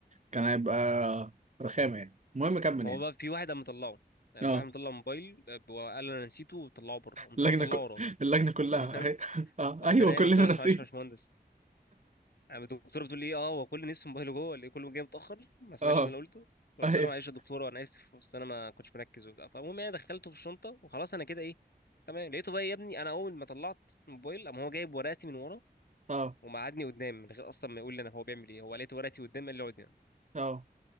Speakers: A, on the right; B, on the left.
A: كان هيبقى رخامة يعني المهم كمل
B: هو
A: يعني
B: بقى في واحد قام مطلعه يعني
A: اه
B: واحد مطلع موبايل آه، وقال انا نسيته وطلعه بره قمت
A: اللجنة
B: انا مطلعه
A: ك...
B: وراه
A: اللجنة كلها
B: تمام
A: اهي اه
B: قمت
A: ايوه
B: انا قايم
A: كلنا
B: قلت له
A: ناسيين
B: بس معلش يا باشمهندس قام الدكتوره بتقول لي اه هو كل الناس في موبايله جوه اللي كله جاي متاخر ما سمعش
A: اه
B: ان انا قلته فقلت
A: ايوه
B: لها معلش يا دكتوره انا اسف بس انا ما كنتش مركز وبتاع فالمهم انا دخلته في الشنطه وخلاص انا كده ايه تمام لقيته بقى يا ابني انا اول ما طلعت الموبايل قام هو جايب ورقتي من ورا
A: اه
B: ومقعدني قدام من غير اصلا ما يقول لي انا هو بيعمل ايه هو لقيت ورقتي قدام قال لي اقعد هنا
A: اه